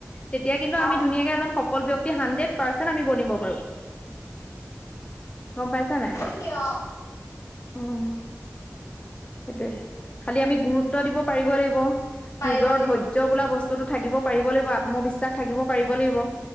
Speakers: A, on the left (about 20°); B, on the left (about 85°).
A: তেতিয়া কিন্তু আমি
B: অ',
A: ধুনীয়াকে এজন সফল ব্যক্তি হাণ্ড্ৰেড পাৰ্চেণ্ট আমি বনিব পাৰো। গ'ম পাইছা নাই?
B: সেইটোৱে অ'।
A: উম, সেইটোৱে। খালি আমি গুৰুত্ব দিব পাৰিব লাগিব।
B: পাৰিব
A: নিজৰ
B: লাগিব।
A: ধৈৰ্য বোলা বস্তুটো থাকিব পাৰিব লাগিব, আত্মবিশ্বাস থাকিব পাৰিব লাগিব।